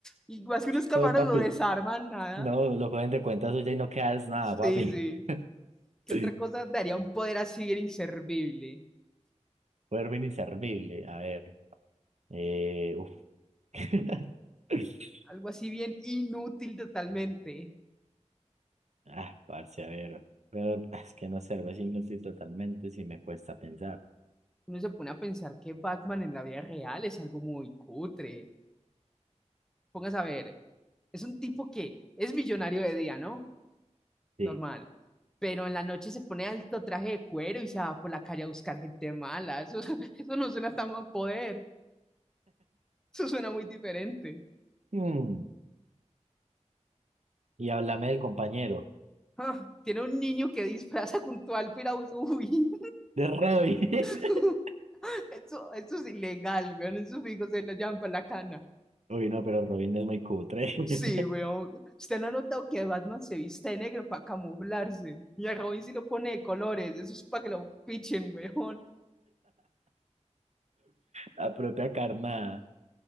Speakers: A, in the centre; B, on the right.
A: y más que unos camaros
B: No, papi.
A: lo desarman, nada.
B: No, lo cogen de cuenta suya y no quedas nada,
A: Sí,
B: papi.
A: sí.
B: <laughs>
A: ¿Qué otra cosa daría un poder así bien inservible?
B: Poder bien inservible. A ver. Eh, uf. <laughs>
A: Algo así bien inútil totalmente.
B: Ah, parce, a ver. Pero ah, es que no sé, algo así inútil totalmente si me cuesta pensar.
A: Uno se pone a pensar que Batman en la vida real es algo muy cutre. Póngase a ver, es un tipo que es millonario de día, ¿no?
B: Sí.
A: normal. Pero en la noche se pone alto traje de cuero y se va por la calle a buscar gente mala. Eso, <laughs> eso no suena tan a poder. Eso suena muy diferente.
B: Mm. Y háblame del compañero,
A: Ah, tiene un niño que disfraza junto al piragüe. Uy,
B: de Robin. <laughs>
A: <laughs> eso, eso es ilegal, weón. Esos amigos se lo llaman para la cana.
B: Uy, no, pero Robin es muy cutre.
A: Sí, weón.
B: <laughs>
A: Usted no ha notado que Batman se viste de negro para camuflarse. Y a Robin sí lo pone de colores. Eso es para que lo fichen, weón.
B: La propia carnada.